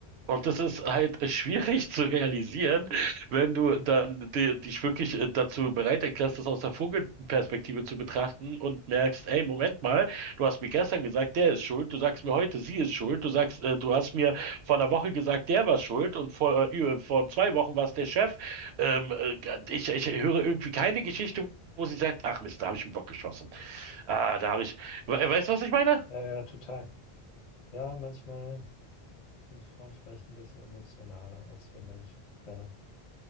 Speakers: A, on the right; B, on the left.
A: und das ist halt <laughs> schwierig zu realisieren, wenn du dann di- dich wirklich äh, dazu bereit erklärst, das aus der Vogelperspektive zu betrachten und merkst, ey, Moment mal, du hast mir gestern gesagt, der ist schuld, du sagst mir heute, sie ist schuld, du sagst, äh, du hast mir vor einer Woche gesagt, der war schuld und vor, äh, vor zwei Wochen war es der Chef. Ähm, äh, ich, ich höre irgendwie keine Geschichte, wo sie sagt, ach Mist, da habe ich einen Bock geschossen. Ah, da habe ich, we weißt du, was ich meine?
B: Ja, ja, total. Ja, manchmal. sind Frauen vielleicht ein bisschen emotionaler als wir Mensch, Männer.